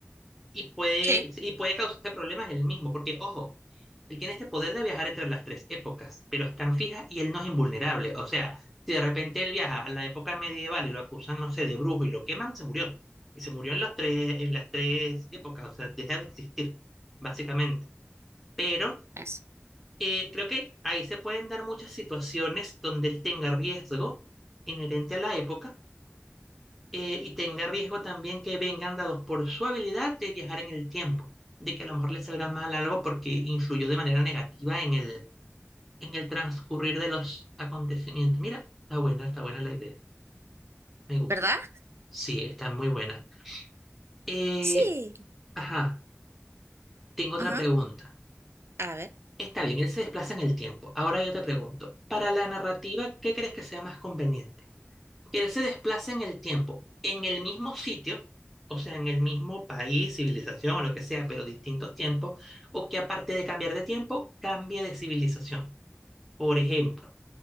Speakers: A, in the centre; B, on the right.
A: y puede,
B: Sí,
A: y puede causarte problemas él mismo, porque ojo, él tiene este poder de viajar entre las tres épocas, pero es tan fija y él no es invulnerable. O sea, si de repente él viaja a la época medieval y lo acusan, no sé, de brujo y lo queman, se murió. Y se murió en las tres, en las tres épocas, o sea, deja de existir, básicamente. Pero
B: es.
A: eh, creo que ahí se pueden dar muchas situaciones donde él tenga riesgo inherente a la época eh, y tenga riesgo también que vengan dados por su habilidad de viajar en el tiempo, de que a lo mejor le salga mal algo porque influyó de manera negativa en el, en el transcurrir de los acontecimientos. Mira, está buena, está buena la idea, me gusta.
B: ¿Verdad?
A: Sí, está muy buena. Eh,
B: Sí.
A: ajá, tengo otra
B: Ajá.
A: pregunta.
B: A ver.
A: Está bien, él se desplaza en el tiempo. Ahora yo te pregunto, para la narrativa, ¿qué crees que sea más conveniente? que él se desplaza en el tiempo, en el mismo sitio, o sea, en el mismo país, civilización o lo que sea, pero distintos tiempos, o que aparte de cambiar de tiempo, cambie de civilización. Por ejemplo,